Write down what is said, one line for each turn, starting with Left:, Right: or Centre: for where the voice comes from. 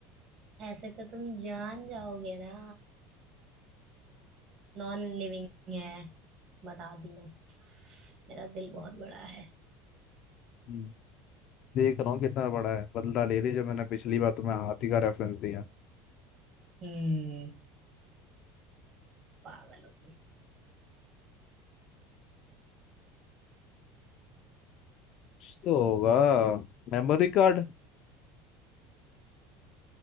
Right: ऐसे तो तुम जान जाओगे ना नॉन लिविंग है बता दी मैं मेरा दिल बहुत बड़ा है
Left: हम्म, देख रहा हूँ कितना बड़ा है बदला ले रही जो मैंने पिछली बार तुम्हें हाथी का रेफरेंस दिया
Right: हम्म पागल हो तुम
Left: कुछ तो होगा Memory card